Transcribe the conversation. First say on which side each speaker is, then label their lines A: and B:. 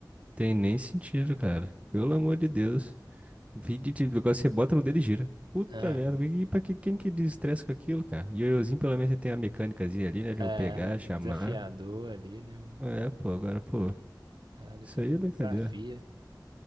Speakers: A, on the right (about 15°); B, on the right (about 80°).
A: tem nem sentido, cara. Pelo amor de Deus. Fidget, agora você bota no dedo e gira. Puta
B: Ah,
A: merda, pra que, pra que- quem que desestressa com aquilo, cara? Ioiôzinho, pelo menos, você tem a mecânicazinha ali, né, de
B: é,
A: eu pegar,
B: desafiador
A: chamar.
B: ali, né? Uma
A: É, pô, agora, pô,
B: parada
A: isso
B: que
A: aí
B: desafia.
A: é brincadeira.